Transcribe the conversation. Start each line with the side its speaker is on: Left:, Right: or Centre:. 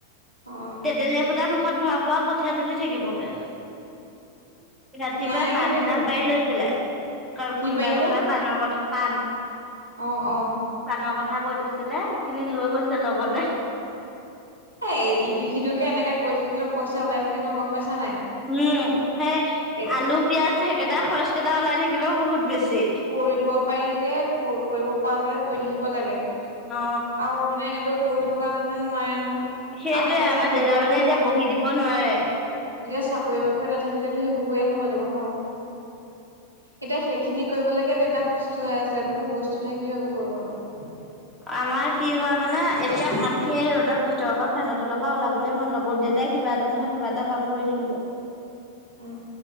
Right: অ অ
Centre: তেতেলীয়া এফুটা মুখত ভৰা ব আৰু কঠীয়া তোলি থাকিবগে। ৰাতিপুৱা
Right: মায়ে
Centre: পাণ
Right: কি কৈছে
Centre: এডাল পাৰি লৈছিলে কাৰ
Right: কি
Centre: কোনোবাই
Right: পাৰিছে
Centre: কোনোবা পাণৰ কথা পান।
Right: অ - অ,
Centre: পাণৰ কথা কৈ থৈছিলে সেইখিনি লৈ গৈছে লগতে।
Right: এ ইটো সিটো কে এনেকে কৈ থাকিলো পইচা ওলাই থাকে নহয় গম পাইছা নাই।
Centre: উম সেই
Right: এ
Centre: আলু পিয়াজ সেইকেইটা খৰচ কেইটা ওলাই থাকিলেও বহুত বেছি।
Right: কৰিব পাৰিলে কৰিব পৰালৈকে কৰি থাকিব লাগে।
Centre: অ
Right: আৰু মানে এটো কৰি থকা মানুহে নোৱাৰে নহয়।
Centre: সেইটোয়ে
Right: আৰু এতিয়া
Centre: আমাৰ
Right: চাকৰি
Centre: দেতা
Right: বাকৰি
Centre: মানে এতিয়া
Right: নাথাকে
Centre: বহি দিব নোৱাৰে।
Right: এতিয়া চাকৰি বাকৰি নাথাকিলেতো সেইবোৰ কৰিয়ে খাব লাগিব ন। এতিয়া সেইখিনি কৰিবলৈকে দেউতা সুস্থ হৈ আছে মোৰ বস্তু থাকিও একো কৰিব নোৱাৰো।
Centre: আমাৰ কি হয় মানে এতিয়া আমি এই ৰ'দত ভিতৰৰ পৰা ফেনত তলৰ পৰা ওলাবলৈ মন নকো ব দেতাই কিবা এটা নহয় কিবা এটা কাম কৰি থাকিব।
Right: উ